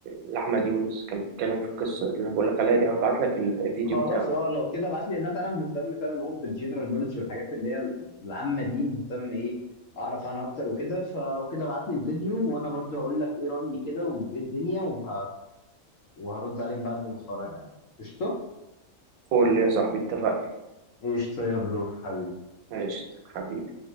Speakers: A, on the right; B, on the left.
A: لأحمد يونس كان بيتكلم في القصة اللي أنا بقولك عليها دي هبعت لك الفيديو
B: خلاص
A: بتاعه
B: اه لو كده ابعت لي لان انا فعلا مهتم فاهم أوي بالجنرال نولج والحاجات اللي هي ال- العامة دي مهتم ايه اعرف عنها اكتر وكده فلو كده ابعت لي الفيديو وانا برضه هقول لك ايه رأيي كده وايه الدنيا وه... وهرد عليك بعد ما اتفرج عليه قشطة
A: قول لي يا صاحبي اتفقنا
B: قشطة يا برو حبيبي
A: ماشي حبيبي